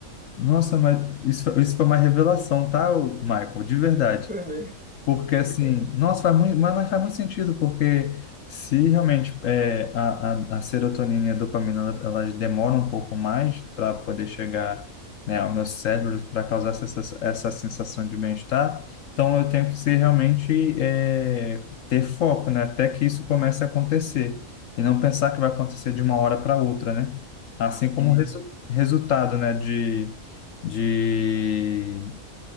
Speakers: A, on the left; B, in the centre.
A: Nossa, mas isso, isso foi uma revelação, tá, ô, Michael? De verdade.
B: <laughs> Foi mesmo.
A: Porque
B: Que
A: assim,
B: bom.
A: nossa, faz muito, mas mas faz muito sentido, porque se realmente é, a, a, a serotonina e a dopamina ela- elas demoram um pouco mais para poder chegar, né, ao meu cérebro para causar essa, sensa- essa sensação de bem-estar, então eu tenho que ser realmente é, ter foco, né, até que isso comece a acontecer e não pensar que vai acontecer de uma hora para outra, né? Assim como
B: Isso.
A: o resu resultado, né, de, de